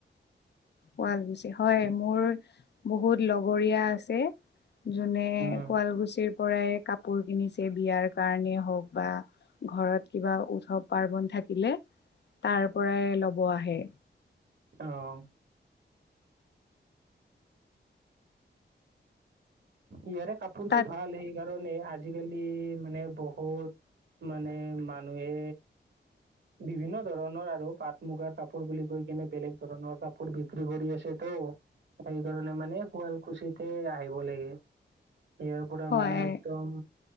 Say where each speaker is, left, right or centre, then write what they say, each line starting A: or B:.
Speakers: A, on the left; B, on the right.
A: শুৱালকুছিৰ হয় মোৰ বহুত লগৰীয়া আছে যোনে
B: উম,
A: শুৱালকুছিৰ পৰাই কাপোৰ কিনিছে বিয়াৰ কাৰণে হওঁক বা ঘৰত কিবা উৎসৱ পাৰ্বন থাকিলে। তাৰ পৰাই লব আহে।
B: আহঁ ইয়াৰে কাপোৰতটো
A: তাত
B: ভাল সেই সেইকাৰণে আজিকালি মানে বহুত মানে মানুহে বিভিন্ন ধৰণৰ আৰু পাট মুগাৰ কাপোৰ বুলি কৈ কিনে বেলেগ ধৰণৰ কাপোৰ বিক্ৰী কৰি আছে। তো তো সেইকাৰণে মানে শুৱালকুছিতে আহিব লাগে। ইয়াৰপৰা
A: হয়
B: মানে একদম